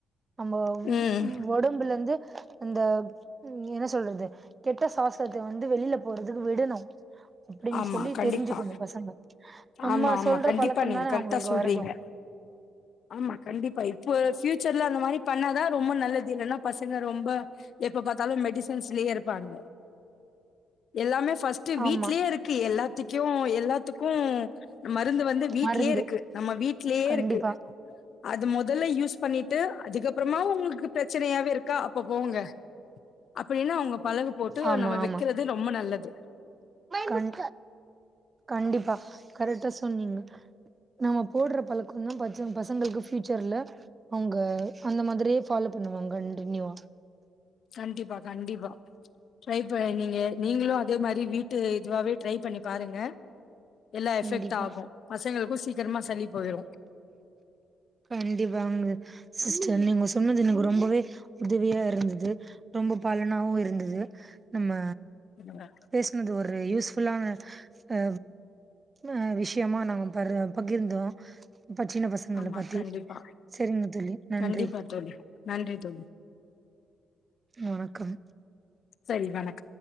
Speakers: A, on the right (about 30°); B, on the left (about 60°).
A: நம்ம
B: ம்
A: ஒடம்புலந்து அந்த என்ன சொல்றது கெட்ட சுவாசத்த வந்து வெளில போறதுக்கு விடணு அப்டின்னு
B: ஆமா
A: சொல்லி
B: கண்டிப்பா
A: தெரிஞ்சுக்கணு பசங்க நம்ம
B: ஆமா ஆமா
A: சொல்ற
B: கண்டிப்பா
A: பழக்கந்தான
B: நீங்க கரெக்டா
A: அவுங்களுக்கு
B: சொல்றீங்க
A: வருது
B: ஆமா கண்டிப்பா இப்போ ஃபியூச்சர்ல அந்த மாரி பண்ணாதா ரொம்ப நல்லது இல்லன்னா பசங்க ரொம்ப எப்ப பாத்தாலு மெடிசன்ஸ்லயே இருப்பாங்க எல்லாமே ஃபஸ்ட்டு வீட்லயே
A: ஆமா
B: இரு க்கு எல்லாத்திக்யு எல்லா த்துக்கு மருந்து வந்து வீட்லயே
A: மருந்து
B: இருக்கு நம்ம வீட்லயே
A: கண்டிப்பா
B: இருக்கு அது மொதல்ல யூஸ் பண்ணிட்டு அதுக்கப்பறமாவு உங்களுக்கு பிரச்சனையாவே இருக்கா அப்ப போங்க அப்படின்னு அவுங்க பழகு போட்டு
A: ஆமா
B: நம்ம
A: ஆமா
B: வெக்குறது ரொம்ப நல்லது
A: கண் கண்டிப்பா கரெக்டா சொன்னீங்க நம்ம போடுற பழக்கந்தா பச பசங்களுக்கு ஃபியூச்சர்ல அவுங்க அந்த மாதிரியே ஃபாலோ பண்ணுவாங் கண்டினியூவா
B: கண்டிபா கண்டிபா ட்ரைப்ப நீங்க நீங்களு அதே மாரி வீட்டு இதுவாவே ட்ரைப் பண்ணி பாருங்க எல்லா எஃபெக்ட்
A: கண்டிப்பா
B: ஆகு பசங்களுக்கு சீக்ரமா சளி போயிரு
A: கண்டிபாங்க சிஸ்டர் நீங்க சொன்னது எனக்கு ரொம்பவே உதவியா இருந்தது ரொம்ப பலனாவு இருந்தது நம்ம
B: என்ன
A: பேசினது ஒரு யூஸ்ஃபுல்லா அ ஆ விஷயமா நாங்க பர பகிர்ந்தோ இப்ப சின்ன பசங்கள
B: ஆமா
A: பா ரி
B: கண்டிப்பா
A: சரிங்க தோழி நன்றி
B: கண்டிப்பா தோழி நன்றி தோழி
A: வணக்கம்
B: சரி வணக்கம்